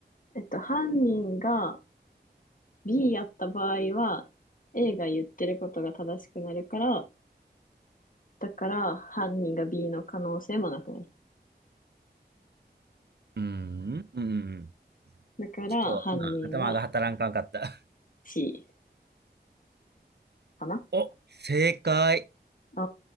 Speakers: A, on the left (about 50°); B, on the right (about 65°).
A: えっと、犯人が B やった場合は、A が言ってることが正しくなるから、だから犯人が B の可能性もなくなる。
B: うーん。うん。
A: だから犯人は
B: ちょっと今、頭が働かんかった。
A: C かな
B: <laughs> お、正解。
A: お